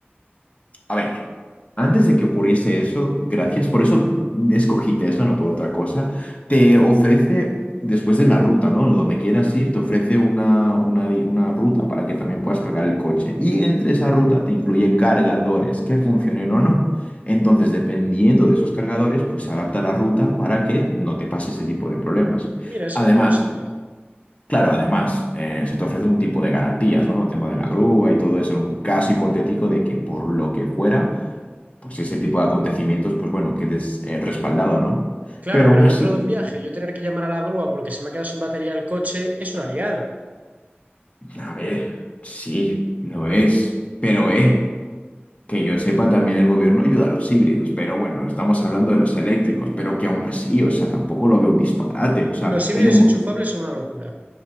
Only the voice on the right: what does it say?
Mira, eso
yo no lo sabía.
Claro,
pero
dentro de un viaje, yo tener que llamar a la grúa porque se me ha quedado sin batería el coche es una liada.
Los híbridos
enchufables son una locura.